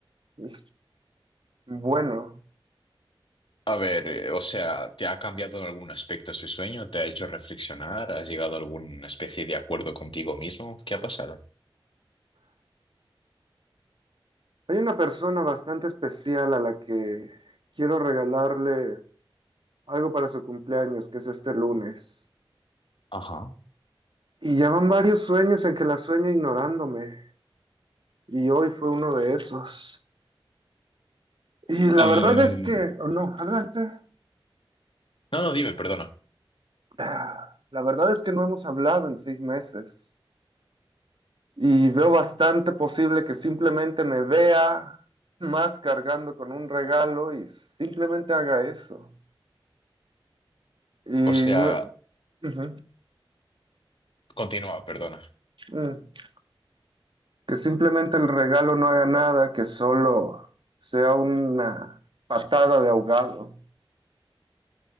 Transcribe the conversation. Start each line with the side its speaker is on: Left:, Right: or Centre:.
Right: Y bueno,
Left: A ver, eh, o sea, ¿te ha cambiado en algún aspecto ese sueño? ¿Te ha hecho reflexionar? ¿Has llegado a alguna especie de acuerdo contigo mismo? ¿Qué ha pasado?
Right: hay una persona bastante especial a la que quiero regalarle algo para su cumpleaños, que es este lunes.
Left: Ajá.
Right: Y ya van varios sueños en que la sueño ignorándome. Y hoy fue uno de esos. Y la
Left: Y...
Right: verdad es que, o no, adelante.
Left: No, no, dime, perdona.
Right: Ah, La verdad es que no hemos hablado en seis meses y veo bastante posible que simplemente me vea más cargando con un regalo y simplemente haga eso. Y
Left: O sea,
Right: no- Ujú,
Left: continúa, perdona.
Right: mm. Que simplemente el regalo no haga nada, que solo sea una patada de ahogado.